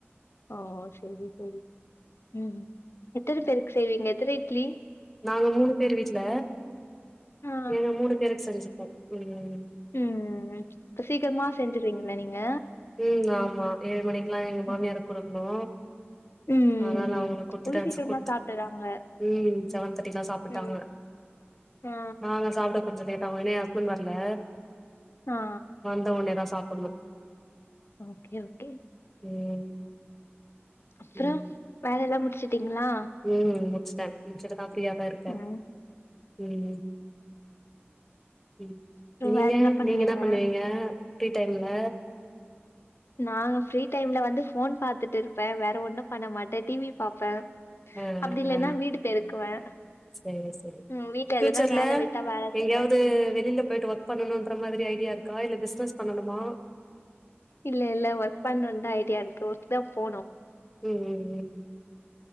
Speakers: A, on the left; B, in the centre.
A: ஓ ஓ செரி செரி செரி ம் ம் எத்தன பேருக்கு செய்வீங்க எத்தன இட்லி
B: நாங்க மூணு பேர் வீட்ல
A: ஆ
B: எங்க மூணு பேருக் செஞ்சுப்போ ம்
A: ம் ம் ம் இப்ப சீக்கரமா செஞ்சிருவிங்கள நீங்க
B: ம் ஆமா ஏழு மணிக்குல்லா எங்க மாமியாருக்
A: ம்
B: குடுக்கணு
A: ம்
B: அதனால அவுங்ளுக்கு குட்த்துட்டே
A: இவ்ளோ சீக்கிரமா
B: குட்த்து
A: சாப்ட்டுறாங்க
B: ம் செவன் தேர்ட்டிக்ல்லா சாப்புட்டாங்க
A: ம் ஆ
B: நாங்க சாப்ட கொஞ்சோ லேட் ஆகும் எனா எ ஹஸ்பண்ட் வர்ல
A: ஆ ஆ
B: த ஒன்னே தா சாப்புட்ணு
A: ஓக்கே ஓக்கே
B: ம்
A: அப்றோ
B: ம்
A: வேல எல்லா முடிச்சிட்டிங்ளா
B: ம் முடிச்ட்ட முடிச்சுட்டுதா ஃப்ரியா தா இருக்க
A: ம்
B: ம் ம் ம்
A: அப்புறம்
B: நீங்க
A: வேற என்ன பண்ணுவீங்க
B: நீங்க இன்னா பண்ணுவிங்க ஃப்ரி டைம்ல
A: நாங்க ஃப்ரீ டைம்ல வந்து ஃபோன் பாத்துட்டு இருப்பே வேற ஒன்னு பண்ண மாட்டே டி வி பாப்பே
B: ஆ
A: அப்டி இல்லன்னா
B: ஆ
A: வீடு பெருக்குவே
B: சேரி சேரி
A: ம் வீட்ல
B: பியூச்சர்ல
A: எதுனா வேல விட்டா வேல
B: எங்யாவ்து
A: செய்வே
B: வெளில போய்ட்டு வாங் பண்ணனுன்ற மாதிரி ஐடியாருக்கா இல்ல பிஸ்னஸ் பண்ணனுமா
A: இல்ல இல்ல ஒர்க் பண்றோந்தா ஐடியாருக்கு ஒர்க் தா போணு
B: ம் ம் ம்